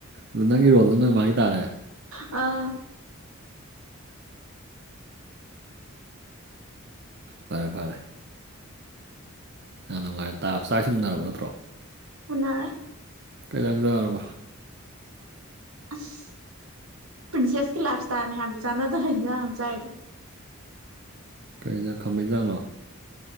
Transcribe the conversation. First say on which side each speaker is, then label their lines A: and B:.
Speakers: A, on the right; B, on the right.
A: ꯑꯗ ꯅꯪꯒꯤ ꯔꯣꯜꯗ ꯅꯣꯏ ꯃꯥꯒꯤ ꯇꯥꯔꯦ
B: ꯑ
A: ꯐꯔꯦ ꯐꯔꯦ ꯍꯥꯟ ꯅꯨꯡꯉꯥꯏꯅ ꯇꯥꯕ ꯆꯥꯛ ꯏꯁꯤꯡ ꯎꯅꯔꯕ ꯅꯠꯇ꯭ꯔꯣ
B: ꯎꯟꯅꯔꯦ
A: ꯢꯅꯥꯎꯗꯤꯕꯜ
B: ꯑꯁ ꯄ꯭ꯔꯤꯟꯁꯦꯁꯀꯤ ꯂꯥꯏꯞꯁ ꯇꯅꯦ ꯍꯥꯏꯕꯗ ꯆꯅꯗ ꯢꯟꯖꯥꯡ ꯑꯃ ꯆꯥꯢꯗ
A: ꯀꯩꯖꯪ ꯈꯝꯩ ꯆꯪꯂꯣ